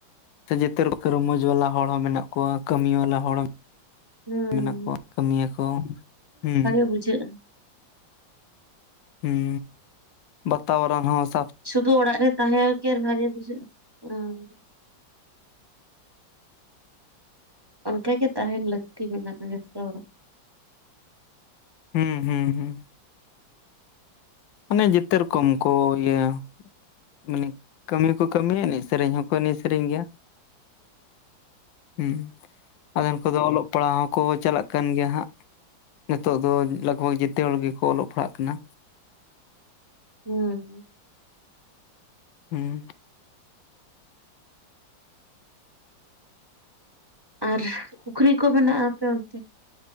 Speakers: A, on the left (about 80°); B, on the right (about 30°).
A: ᱡᱮᱛᱮ ᱨᱚᱠ ᱨᱚᱢᱚᱡ ᱵᱟᱞᱟ ᱦᱚᱲ ᱦᱚᱸ ᱢᱮᱱᱟᱜ ᱠᱚᱣᱟ ᱠᱟᱹᱢᱤ ᱵᱟᱞᱟ ᱦᱚᱲ
B: ᱦᱩᱸ
A: ᱢᱮᱱᱟᱜ ᱠᱚᱣᱟ ᱠᱟᱹᱢᱤᱭᱟᱠᱚ ᱦᱩᱸ᱾
B: ᱵᱩᱡᱷᱟᱹᱜ-ᱟ᱾
A: ᱦᱩᱸ ᱵᱟᱛᱟᱣ ᱨᱟᱱ ᱦᱚᱸ ᱥᱟᱛ᱾
B: ᱥᱩᱫᱩ ᱚᱲᱟᱜ ᱨᱮ ᱛᱟᱦᱮᱸ ᱠᱤ ᱟᱨ ᱵᱷᱟᱜᱮ ᱵᱩᱡᱷᱟᱹᱜ-ᱟ᱾ <unintelligible> ᱚᱱᱠᱟᱜ ᱜᱮ ᱛᱟᱦᱮᱱ ᱞᱟᱹᱠᱛᱤ ᱢᱮᱱᱟᱜ-ᱟ ᱡᱷᱚᱛᱚ ᱦᱚᱲᱟᱜ᱾
A: ᱦᱩᱸ ᱦᱩᱸ ᱦᱩᱸ᱾ ᱚᱱᱮ ᱡᱮᱛᱚ ᱨᱚᱠᱚᱢ ᱠᱚ ᱜᱮᱭᱟ᱾ ᱢᱟᱱᱮ ᱠᱟᱹᱢᱤ ᱦᱚᱸᱠᱚ ᱠᱟᱹᱢᱤᱭᱟ ᱮᱱᱮᱡ ᱥᱮᱨᱮᱧ ᱦᱚᱸᱠᱚ ᱮᱱᱮᱡ ᱥᱮᱨᱮᱧ ᱜᱮᱭᱟ᱾ ᱦᱩᱸ ᱟᱫᱟ ᱱᱩᱠᱩ ᱫᱚ ᱚᱞᱚᱜ ᱯᱟᱲᱦᱟᱜ ᱦᱚᱸᱠᱚ ᱪᱟᱞᱟᱜ ᱠᱟᱱ ᱜᱮᱭᱟ ᱦᱟᱜ᱾ ᱱᱤᱛᱚᱜ ᱫᱚ ᱞᱟᱜᱽᱵᱷᱟᱜᱽ ᱡᱮᱛᱚ ᱦᱚᱲ ᱜᱮᱠᱚ ᱚᱞᱚᱜ ᱯᱟᱲᱦᱟᱜ ᱠᱟᱱᱟ᱾
B: ᱦᱩᱸ᱾
A: ᱦᱩᱸ᱾
B: ᱟᱨ ᱯᱩᱠᱷᱨᱤ ᱠᱚ ᱢᱮᱱᱟᱜ-ᱟ ᱟᱯᱮ ᱚᱱᱛᱮ?